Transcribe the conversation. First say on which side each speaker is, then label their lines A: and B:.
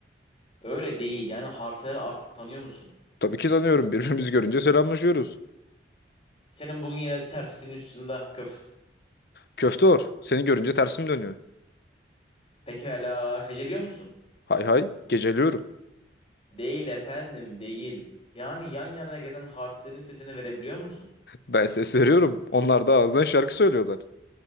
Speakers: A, on the left; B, on the left.
A: Öyle değil. Yani harfleri artık tanıyor musun?
B: Tabii ki tanıyorum. Birbirimizi görünce selamlaşıyoruz.
A: Senin bugün yine tersinin üstünde köft.
B: Köfte or. Seni görünce tersim dönüyor.
A: Pekala heceliyor musun?
B: Hay hay. Geceliyorum. <laughs>
A: Değil efendim, değil. Yani yan yana gelen harflerin sesini verebiliyor musun?
B: Ben ses veriyorum. Onlar da ağızdan şarkı söylüyorlar.